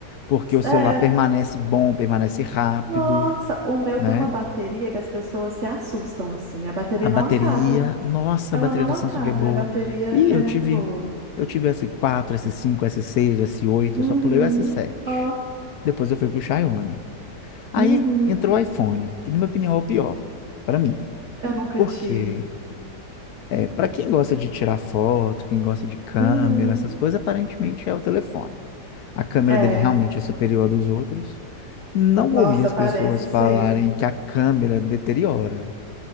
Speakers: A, on the left (about 70°); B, on the right (about 50°).
A: porque o celular
B: É,
A: permanece bom, permanece rápido,
B: nossa, o meu
A: né?
B: tem uma bateria que as pessoas se assustam assim. Minha bateria
A: A bateria,
B: não acaba.
A: nossa,
B: Ela
A: a bateria
B: não
A: da
B: acaba,
A: Samsung é boa.
B: minha bateria
A: E
B: é
A: eu
B: muito
A: tive,
B: boa.
A: eu tive S4, S5, S6, S8,
B: Uhum.
A: eu só pulei o S7.
B: Ó,
A: Depois eu fui pro Xiaomi. Aí
B: uhum.
A: entrou o iPhone, que na minha opinião é o pior, para mim.
B: Eu nunca
A: Porque
B: tive.
A: é, para quem gosta de tirar foto, quem gosta de câmera,
B: Uhum.
A: essas coisas, aparentemente é o telefone. A câmera
B: É,
A: dele realmente é superior à dos outros. Não
B: nossa,
A: ouvi as
B: parece
A: pessoas
B: ser.
A: falarem que a câmera deteriora.